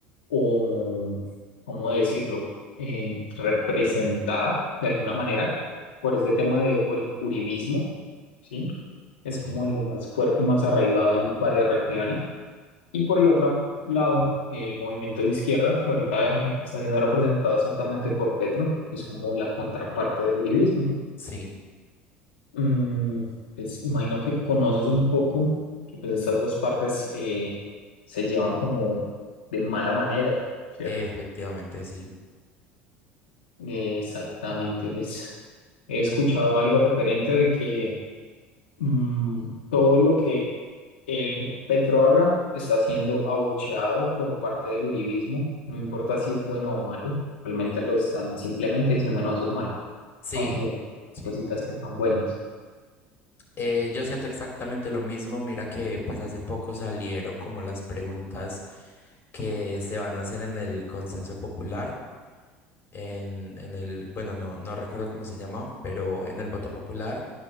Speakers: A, on the left; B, on the left.
A: o, ¿cómo decirlo?, eh, representada de alguna manera por este tema de o el uribismo, ¿sí? Es
B: Sí.
A: como lo más fuerte y más arraigado en varias regiones y por el otro
B: Ujú.
A: lado, el movimiento de izquierda, que ahorita eh, está siendo representado exactamente por Petro, que es como la contraparte del uribismo.
B: Sí,
A: Mm, pues imagino que conoces un poco que pues estas dos partes eh, se llevan como de mala manera, ¿cierto?
B: efectivamente, sí.
A: Eh, exactamente, pues he escuchado algo referente de que mm, todo lo que El Petroaga está siendo abucheado por parte del uribismo, no importa si es bueno o malo, realmente
B: Ujú.
A: lo están simplemente diciendo no, eso es malo,
B: Sí,
A: aunque hay
B: sí.
A: cositas que son buenas.
B: Eh, yo siento exactamente lo mismo. Mira que pues hace poco salieron como las preguntas que se van a hacer en el consenso popular, en, en el, bueno, no, no recuerdo cómo se llama, pero en el voto popular